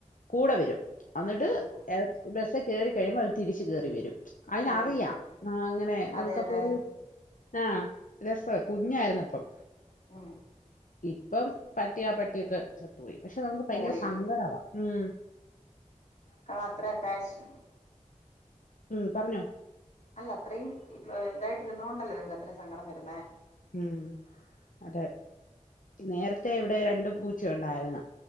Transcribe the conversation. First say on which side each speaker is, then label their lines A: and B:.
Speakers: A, on the left; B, on the left.
A: കൂടെ വരും അന്ന്ട്ട്
B: അതെ
A: എപ് ബസ്സേകേറി പെരം വളർത്തി ടിച്ച് കേറി വെരും അയ്നറിയാം
B: കേറി വരും ഉം
A: ആഹ് അങ്ങനെ നമുക്കപ്പൊരു
B: അതെ അതെ
A: ആഹ് രസ കുഞ്ഞായിരുന്നപ്പം
B: ഉം
A: ഇപ്പം പട്ടിയാ ആ പട്ടിയൊക്കെ ച ത്തു പോയി. പക്ഷെ നമുക്ക് ഭയങ്കര
B: പോയി
A: സങ്കടവാ ഉമ്
B: ക്കാത്ര അറ്റാച്ച്
A: ഉം പറഞ്ഞോ
B: അല്ല അത്രയും ഇതായിട്ടിരുന്നോണ്ടല്ലേ നിങ്ങക് അത്രയും സങ്കടം വരുന്നേ
A: ഉം അതെ നേരത്തെ ഇവിടെ രണ്ടു പൂച്ച ഉണ്ടായിരുന്ന